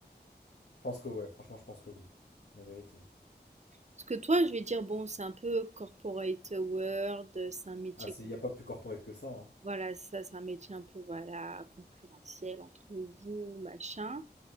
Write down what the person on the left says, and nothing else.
Je pense que ouais, franchement, je pense que oui. La vérité.
Ah, c'est, y a pas plus corporate que ça, hein.